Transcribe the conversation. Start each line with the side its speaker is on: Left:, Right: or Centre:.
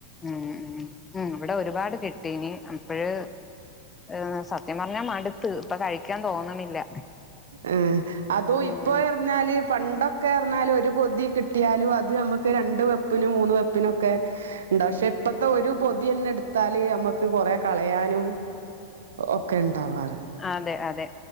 Left: ഉം ഉം ഉം ഇവിടെ ഒരുപാട് കിട്ടീനി അപ്പഴ് ഏഹ് സത്യം പറഞ്ഞാ മടുത്ത് ഇപ്പൊ കഴിക്കാൻ തോന്നണില്ല
Right: ഉം അതും
Left: ഉം
Right: ഇപ്പൊ പറാല് പണ്ടൊക്കെ അറിഞ്ഞാല് ഒരു പൊതി കിട്ടിയാലും അത് നമുക്ക് രണ്ട് വെപ്പിനും മൂന്ന് വെപ്പിനൊക്കെ ഉണ്ട പക്ഷെ ഇപ്പത്തെ ഒരു പൊതിയന്നെ എടുത്താലും നമ്മക്ക് കൊറെ കളയാനും ഒക്കെ ഉണ്ടാവാറ്
Left: അതെ അതെ